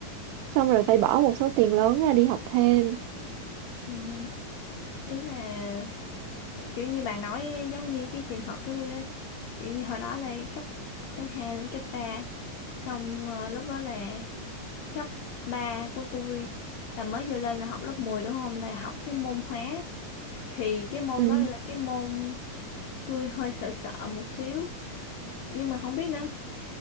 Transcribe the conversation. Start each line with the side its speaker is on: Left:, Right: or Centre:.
Right: xong rồi phải bỏ một số tiền lớn ra đi học thêm
Left: Ừ. Ý là kiểu như bà nói ấy, giống như cái trường hợp của tôi á. Kiểu như hồi đó là cấp cấp 2 lên cấp 3, Xong ờ, lúc đó là cấp 3 của tôi là mới vô lên là học lớp 10 đúng không? Là học cái môn hóa. Thì cái môn
Right: ừ.
Left: đó là cái môn tôi hơi sợ sợ một xíu. Nhưng mà không biết nữa